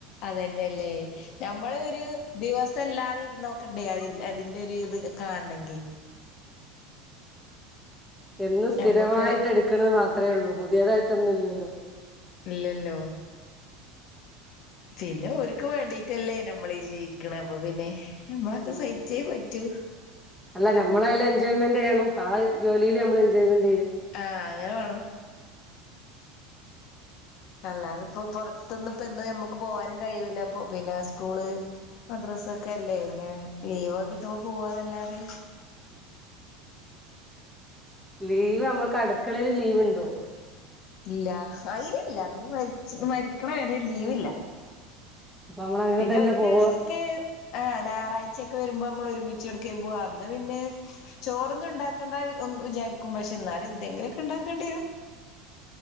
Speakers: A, on the left; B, in the centre.
A: അതനെല്ലേ ഞമ്മളെ ഒരു ദിവസല്ലാതെ ഇരുന്നോക്കണ്ടേ അതി അതിന്റെ ഒരു ഇത് കാണണെങ്കി
B: എന്നും സ്ഥിരമായിട്ട്
A: ഞമ്മക്ക്
B: എടുക്ണത് മാത്ര ഒള്ളൂ പുതിയതായിട്ടൊന്നും ഇല്ലല്ലോ
A: ഇല്ലല്ലോ പിന്നെ ഒര്ക്ക് വേണ്ടീട്ടല്ലേ നമ്മളി ഈ ജിവിക്ണെ അപ്പൊ പിന്നെ നമ്മളൊക്കെ
B: ഉം
A: സഹിച്ചേ പറ്റൂ
B: അല്ല നമ്മെള അയ്ല് എൻജോയ്മെന്റ് ചെയ്യണം ആഹ് ജോലിയില് നമ്മള് എൻജോയ്മെന്റ് ചെയ്യ
A: ആഹ് അങ്ങനെ വേണം അല്ലാതെ ഇപ്പോ പുറത്തൊന്നും ഇപ്പ എന്നും ഞമ്മക്ക് പോവാനും കഴിയൂല പിന്നെ സ്കൂള് മദ്രാസ ഒക്കെ അല്ലേ പിന്നെ ലീവൊക്കെ കിട്ടുമ്പോ പോവ നല്ലാതെ
B: ലീവ് അമ്മക്ക് അടുക്കളേല് ലീവ് ഇണ്ടോ?
A: ഇല്ല അയിനില്ല അതിന് മരിച്ച് മരിക്ക്ണത് വരെ ലീവില്ല
B: അപ്പൊ നമ്മൾ അങ്ങനെ
A: പിന്നെ
B: തന്നെ
A: ഒരു
B: പോവാ
A: ദിവസം കെ ആഹ് ഞാറാഴ്ചയൊക്കെ വരുമ്പോ നമ്മള് ഒരുമിച്ച് എട്ക്കേം പോവാ അന്ന് പിന്നെ ചോറൊന്നും ഇണ്ടാക്കണ്ടന്ന് വിചാരിക്കും പക്ഷെ എന്നാലും എന്തെങ്കിലുക്കെ ഇണ്ടാക്കേണ്ടി വെരും